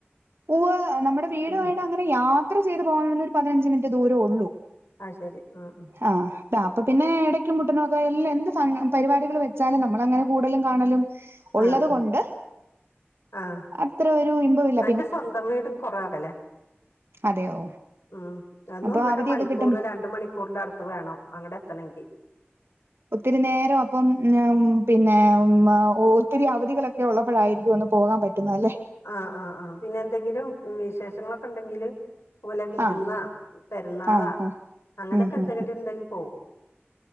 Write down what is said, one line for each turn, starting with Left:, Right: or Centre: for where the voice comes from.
Right: ഉവ്വ്! നമ്മുടെ വീടുമായിട്ട്
Left: ഉം
Right: അങ്ങനെ യാത്ര ചെയ്ത് പോവാൻ പറ്റുന്ന ഒരു പതിനഞ്ച് മിനിറ്റ് ദൂരോള്ളു
Left: ആഹ് ശരി ആഹ് ആഹ്
Right: ആഹ്! അപ്പ പിന്നെ ഇടയ്ക്കും മുട്ടിനോക്കെ എല്ലാം എന്ത് സാ പരിപാടികൾ വെച്ചാലും നമ്മളങ്ങനെ കൂടലും കാണലും ഉള്ളത്
Left: ആഹ് ആഹ്
Right: കൊണ്ട്
Left: ആഹ്
Right: അത്ര ഒരു ഇമ്പം ഇല്ല
Left: അന്റെ സ്വന്തം വീട് കുറേ അകലെയാ
Right: അതെയോ
Left: ഉം.. ഒന്നൊന്നര
Right: അപ്പൊ അവധിയൊക്കെ
Left: മണിക്കൂറ്
Right: കിട്ടും
Left: ര ണ്ട് മണിക്കൂറിന്റെ അടുത്ത് വേണം അങ്ങ്ട് എത്തണെങ്കിൽ
Right: ഒത്തിരി നേരം അപ്പം ഉം പിന്നെ ഒത്തിരി അവധികളൊക്കെ ഉള്ളപ്പോഴായിരിക്കും ഒന്ന് പോകാൻ പറ്റ് പറ്റുന്നതല്ലേ
Left: ആഹ് ആഹ് ആഹ് പിന്നെ എന്തെങ്കിലും വിശേഷങ്ങളൊക്കെ ഉണ്ടെങ്കില് പോലെ വിരുന്നാ,
Right: ആഹ്
Left: പെരുന്നാളാ,
Right: ആഹ് ആഹ്
Left: അങ്ങനെയൊക്കെ
Right: ഉം
Left: എന്തെങ്കിലും
Right: ഉം
Left: ഉണ്ടെൽ പോവും.